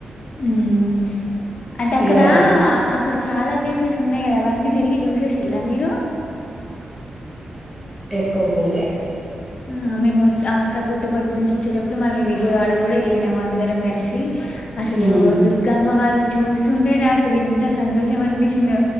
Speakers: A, on the left (about 45°); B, in the centre.
A: మ్మ్ అంటే అక్కడ
B: ఇల్ల డబ్బు
A: అక్కడ చాలా ప్లేసెస్ ఉన్నాయి కదా అవన్నీ తిరిగి చూసే సిల్లా మీరు
B: ఎక్కవ పోలే
A: ఆ మేము అక్కడ పుట్టపర్తి నుంచి వచ్చేటప్పుడు మళ్ళీ విజయవాడ కూడా వెళ్ళినాము అందరం కలిసి అసలు
B: ఉమ్
A: ఓ దుర్గమ్మ వారి చూస్తుంటేనే అసలు ఇంత సంతోషం అనిపించింది